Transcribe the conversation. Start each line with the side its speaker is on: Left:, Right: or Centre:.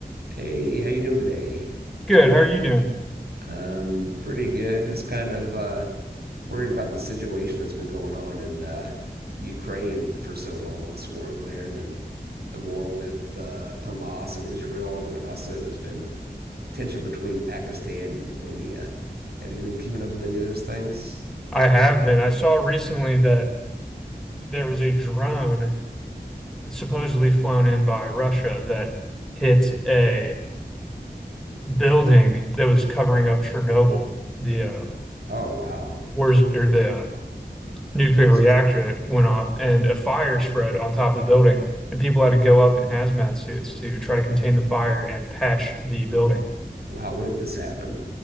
Right: Hey, how you doing today?
Centre: Good. How are you doing?
Right: I'm pretty good. Just kind of uh, worried about the situation that's been going on in uh, Ukraine for so long, this war over there, and then the war with uh, Hamas and Israel, and then also there's been tension between Pakistan and India. Have you been keeping up with any of those things?
Centre: I have been. I saw recently that there was a drone supposedly flown in by Russia that hit a building that was covering up Chernobyl, the uh,
Right: Oh, wow.
Centre: wars or the uh, nuclear
Right: S-
Centre: reactor that went off, and a fire spread on top of the building, and people had to go up in hazmat suits to try to contain the fire and patch the building.
Right: Wow, when did this happen?